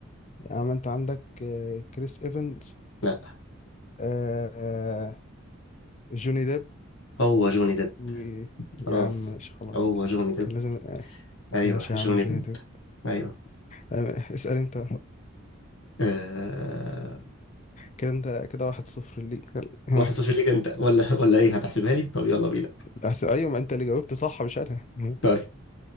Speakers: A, on the left; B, on the left.
A: يعني انت عندك آه، كريس ايفنز
B: لا
A: آه جوني ديب
B: هو جوني ديب
A: و يا
B: خلاص
A: عم ماشي خلاص
B: هو جوني ديب
A: كان لازم آه
B: ايوه
A: ماشي
B: جوني
A: يا عم جوني
B: ديب
A: ديب
B: ايوه
A: آه اسأل انت
B: أه...
A: كده انت كده واحد صفر ليك آه.
B: واحد صفر ليك انت ولا ولا ايه هتحسبها لي طب يلا بينا
A: أحس- ايوه ما انت اللي جاوبت صح مش انا مم.
B: طيب